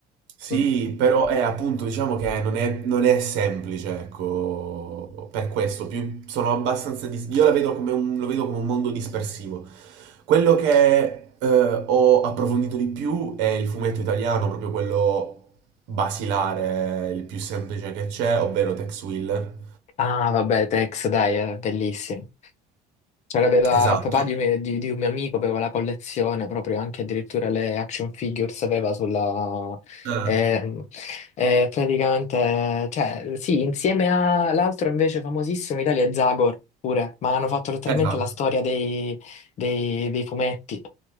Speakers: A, on the right (about 75°); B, on the left (about 40°).
A: Sì,
B: Mm.
A: però è appunto, diciamo che non è, non è semplice, ecco, per questo, più sono abbastanza, dis- io la vedo come un, lo vedo come un mondo dispersivo. Quello che eh, ho approfondito di più è il fumetto italiano, proprio quello basilare, il più semplice che c'è, ovvero Tex Willer.
B: Ah, vabbè, Tex, dai, è bellissimo. C'aveva
A: Esatto.
B: il papà di, me- di- di un mio amico, aveva la collezione proprio anche addirittura le action figures aveva sulla...
A: Eh,
B: ehm, eh, praticamente, cioè, sì, insieme all'altro invece famosissimo in Italia è Zagor pure, ma hanno fatto letteralmente
A: esatto.
B: la storia dei, dei- dei fumetti.